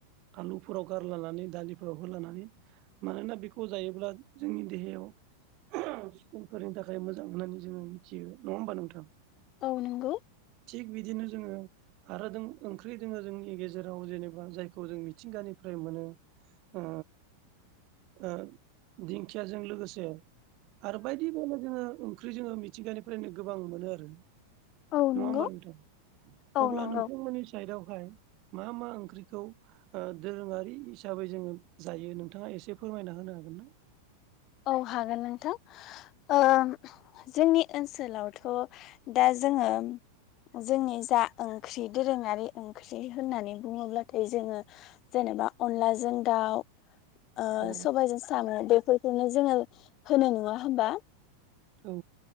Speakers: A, on the right; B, on the left.
A: आलुफोराव गारलानानै दालिफोराव होलानानै मानोना बेखौ जायोब्ला जोंनि देहायाव <inaudible> फोरनि थाखाय मोजां होननानै जोङो मिथियो नङा होमबा नोंथां?
B: औ नंगौ।
A: थिग बिदिनो जोङो आरो दों ओंख्रि दोङो जोंनि गेजेराव जेनेबा जायखौ जों मिथिंगानिफ्राय मोनो। ओ ओ दिंखियाजों लोगोसे आरो बायदि बेला जोङो ओंख्रि जोङो मिथिंगानिफ्रायनो गोबां मोनो आरो
B: औ
A: नङा
B: नंगौ
A: होमबा नोंथां
B: औ
A: अब्ला
B: नंगौ
A: नोंथांमोननि साइदआवहाय मा मा ओंख्रिखौ ओ दोरोङारि हिसाबै जोङो जायो नोंथाङा एसे फोरमायना होनो हागोन ना?
B: औ हागोन नोंथां। ओ‌ जोंनि ओनसोलावथ' दा जोङो जोंनि जा ओंख्रि दोरोङारि ओंख्रि होननानै बुङोब्लाथाय जोङो जेन जेनेबा अनलाजों दाउ ओ‌
A: औ
B: सबायजों सामो बेफोरखौनो जोङो होनो नङा होमबा।
A: औ।